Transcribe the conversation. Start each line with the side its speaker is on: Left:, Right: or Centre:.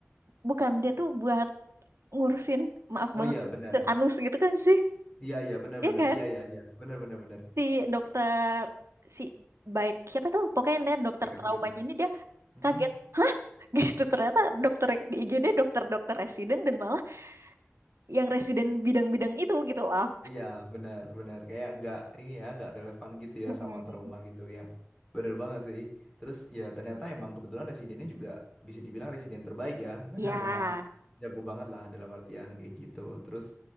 Right: bukan dia tuh buat ngurusin maaf
Left: oh
Right: banget
Left: iya benar
Right: ngurusin anus gitu kan sih.
Left: iya iya benar
Right: Iya
Left: benar
Right: kan
Left: iya iya iya benar benar benar
Right: si dokter si baik siapa tuh pokoknya dia dokter
Left: Beckham
Right: traumanya
Left: Hugh
Right: ini dia
Left: Mhm.
Right: kaget hah <laughs> gitu ternyata dokter yang di IGD dokter-dokter residen dan malah yang residen bidang-bidang itu gitu loh
Left: Iya, benar, benar. Kayak nggak ini ya, nggak relevan gitu ya
Right: Mm-mm.
Left: sama trauma gitu ya. Bener banget sih. Terus ya ternyata emang kebetulan residennya juga bisa dibilang residen terbaik ya, <laughs> karena
Right: ya
Left: emang jago banget lah dalam artian kayak gitu. Terus